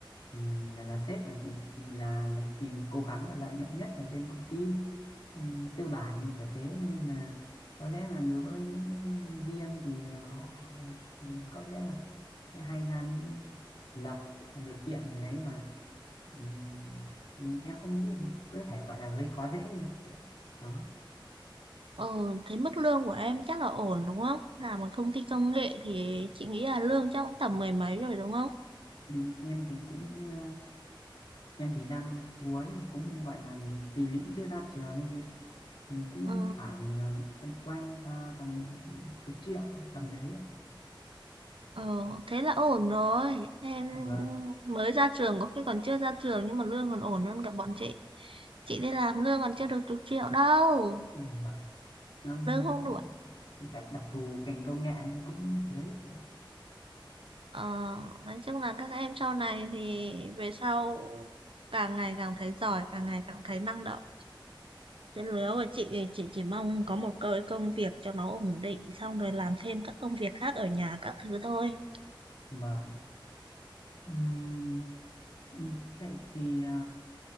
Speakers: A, on the left; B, on the right.
A: ừm, là, là sếp mà chị là là tìm cố gắng là lợi nhuận nhất là bên công ty ừm, tư bản kiểu thế nên là có lẽ là đối với những ờ, nhân viên thì họ ừm, có lẽ là sẽ hay ra những luật điều kiện gì đấy mà Ừ, ừ, em không nghĩ có thể gọi là gây khó dễ đi ạ chị ạ đó
B: ờ thế mức lương của em chắc là ổn đúng không làm ở công ty công nghệ thì chị nghĩ là lương chắc cũng tầm mười mấy rồi đúng không
A: Ừ, em thì cũng ờ, em thì đang năm cuối thì cũng gọi là vì vẫn chưa ra trường ấy chị thì cũng
B: ừ
A: khoảng ờ, quanh quanh ta tầm chục triệu tầm đấy ạ
B: ờ thế là ổn rồi em
A: Dạ vâng
B: mới ra trường có khi còn chưa ra trường nhưng mà lương còn ổn hơn cả bọn chị chị đi làm lương còn chưa được chục triệu đâu
A: Ừ, vâng năm
B: lương không đủ
A: chắc đặc thù ngành công nghệ nên cũng thế chị ạ
B: ờ, nói chung là các em sau này thì về sau càng ngày càng thấy giỏi càng ngày càng thấy năng động trên lứa của chị thì chị chỉ mong có một cái công việc cho nó ổn định xong rồi làm thêm các công việc khác ở nhà các thứ thôi
A: vâng Ừm, ừ, vậy thì ờ,